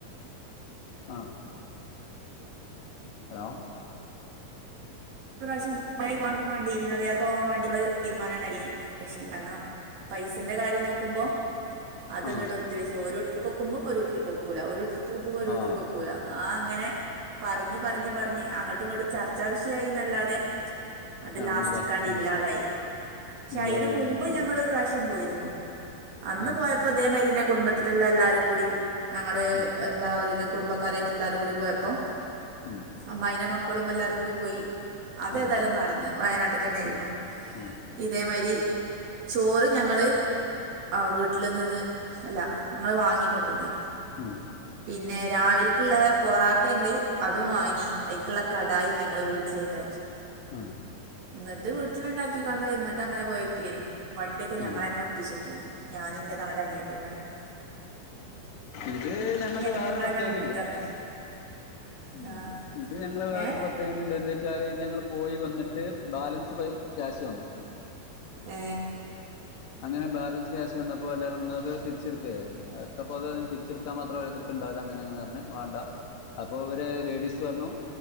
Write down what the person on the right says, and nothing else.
പ്രാവശ്യം <unintelligible> വാണ്ടി വിനോദ യാത്ര പോവാൻ വാണ്ടി ഞങ്ങള് തീരുമാനം ഇണ്ടാക്കീഞ്ഞി <unintelligible> പൈസന്റെ കാര്യം നോക്കുമ്പോ അത്ങ്ങട്ട്
ഒത്തില്ല ഒരൂട്ടര്ക് ഒക്കുംബം ഓരൂട്ടർക്ക്‌ ഒക്കൂലാ ഒരൂട്ട ക്കുംമ്പം ഒരൂട്ടർ
ക്കൊക്കൂല ആ അങ്ങനെ പറഞ്ഞ് പറഞ്ഞ് പറഞ്ഞ് അങ്ങട്ടും ഇങ്ങട്ടും ചർച്ചാ വിഷയായി ന്നല്ലാതെ അത്
ലാസ്റ്റിക്കാണ്ട്
ഇല്ലാതായി പക്ഷെ
അയിന് മുമ്പ്
ഞങ്ങള് ഒരു പ്രാവശ്യം പോയിരുന്നു അന്ന്
പോയപ്പോ ഇതേമാതിരിന്നെ കുടുംബത്തിലുള്ള എല്ലാരും കൂടി ഞങ്ങള്
താ അവരുര് കുടുംബക്കാരായിട്ടല്ലാരും കൂടി പോയപ്പം
അമ്മായിനെ മക്കളും എല്ലാരും കൂടി പോയി അത്
ഏതായാലും നടന്ന് വയനാട്ട്ക്ക് എന്നെ ആയിരുന്നു
ഇതേമായിരി ചോറ് ഞങ്ങൾ ആ വീട്ടിൽ നിന്ന് അല്ല ഞങ്ങൾ വാങ്ങികൊണ്ടെന്ന്
പിന്നെ രാവിൽക്ക്ള്ള പൊറാട്ട ഞങ്ങള് അതും വാങ്ങി അയിക്ക്ള്ള കടായി ഞങ്ങള് വീ വീട്ടിലുണ്ടാക്കി
ഇന്നിട്ട് വീട്ടില് ഇണ്ടാക്കി കാണ്ട് ന്നട്ട് അങ്ങനെ പോയക്കേനി വണ്ടിയൊക്കെ
ഞങ്ങളന്നെ ഏൽപ്പിച്ചെക്കെയ്നി ഞാനും ന്റെ നാല് അനിയത്തിമാരും
ഇനി അപ്പം
ഞങ്ങൾ
തന്നെയാണ് മുന്നിട്ടിറങ്ങി
ആ
ഏ
ഏ